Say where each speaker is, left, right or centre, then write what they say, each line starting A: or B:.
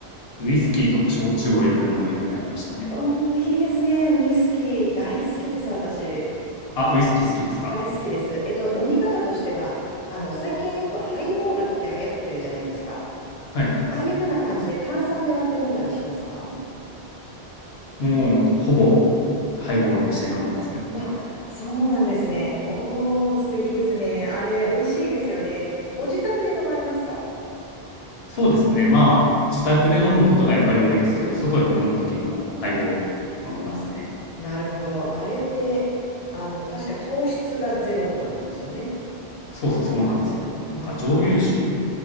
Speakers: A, on the left; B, on the left.
A: ウイスキーとか焼酎をよく飲むようになりましたね。
B: うん、いいですね。ウイスキー大好きです、私。
A: あ、ウイスキー好きですか
B: 大好きです。えっと、飲み方としては、あの、最近よくハイボールって流行ってるじゃないですか。
A: はいはい。
B: ああいう風な感じで炭酸で割って飲んだりしますか
A: もう、ほぼ、ハイボールにして飲んでますね、僕は。
B: あ、そうなんですね。おー、素敵ですね。あれ、美味しいですよね。じご自宅で飲まれますか
A: そうですね。まあ、自宅で飲むことがやっぱり多いですけど、外で飲むときもハイボール飲みますね。
B: あなるほど。あれって、あの、確か糖質がゼロとかなんですよね。
A: そうそうそうなんですよ。なんか蒸留酒
B: ああ、